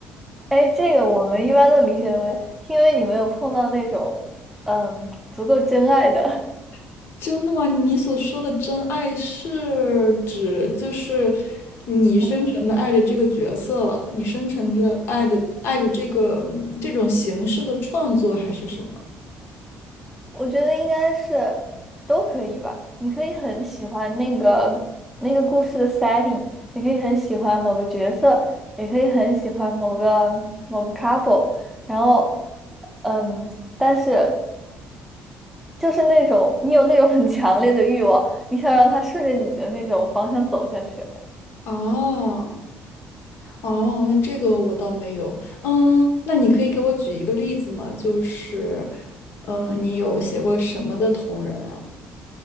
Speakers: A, in the centre; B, on the left.
A: 哎，这个我们一般都理解为，因为你没有碰到那种，嗯，足够真爱的，
B: <laughs> 真的吗？你所说的真爱是指就是你深沉的爱着这个角色，
A: <laughs> 嗯。
B: 你深沉着爱的爱着这个嗯这种形式的创作，还是什么？
A: 我觉得应该是都可以吧。你可以很喜欢那个那个故事的 setting，你可以很喜欢某个角色，也可以很喜欢某个某个 couple。然后，嗯，但是就是那种你有那种很强烈的欲望，你想让它顺着你的那种方向走下去。
B: 哦。哦，那这个我倒没有。嗯，那你可以给我举一个例子吗？就是，嗯，你有写过什么的同人啊